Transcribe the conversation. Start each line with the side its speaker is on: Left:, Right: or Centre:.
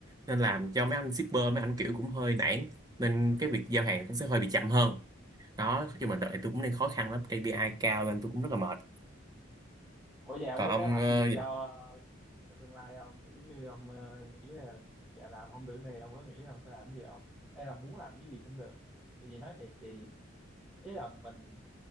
Right: nên làm cho mấy anh shipper mấy anh kiểu cũng hơi nản nên cái việc giao hàng cũng sẽ hơi bị chậm hơn đó nói mà đợi tôi cũng đang khó khăn lắm KPI cao nên tôi cũng rất là mệt
Centre: Ủa vậy ông
Right: còn
Centre: có
Right: ông
Centre: kế hoạch
Right: ờ,
Centre: gì cho, cho tương lai không? Kiểu như ông ờ, nghĩ là dạ làm không được này, ông có nghĩ là ông sẽ làm cái gì không? Hay là muốn làm cái gì cũng được. Thì vì nói thiệt thì ý là mình